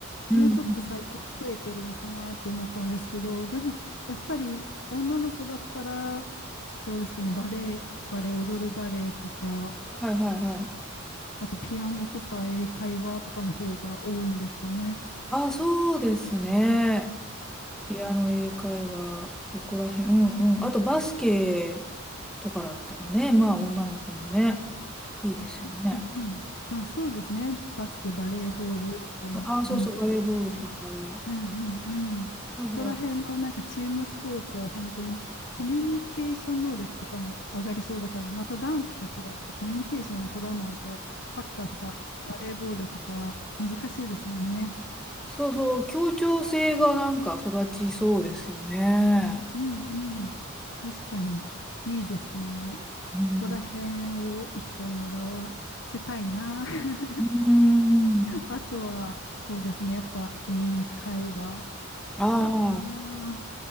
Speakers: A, in the centre; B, on the left.
A: うん。
B: もうちょっと最近は増えてるのかなって思ったんですけど、でもやっぱり女の子だったら、どうですかね、バレエ、バレエ、踊るバレエとか、
A: はいはいはい。
B: あとピアノとか英会話とかの方が多いんですかね。
A: あ、そうですね。ピアノ英会話、そこら辺。うんうん。あとバスケとかだったらね、まあ女の子もね、いいですよね。
B: うんうんうん。あ、そうですね。バスケ、バレーボールとかも人気ですよね。
A: あ、そうそう、バレーボールとか。
B: うんうんうん。そこら辺のなんかチームスポーツは本当にコミュニケーション能力とかも上がりそうだから、
A: だから
B: またダンスと違ってコミュニケーション取らないとサッカーとかバレーボールとか難しいですもんね。
A: そうそう、協調性がなんか育ちそうですよね。
B: うんうん。確かに、いいですね。
A: うん
B: そこら辺を一個習わせたいな。<laughs>
A: うん。
B: あとは、そうですね。やっぱ英会話
A: あ。
B: かな。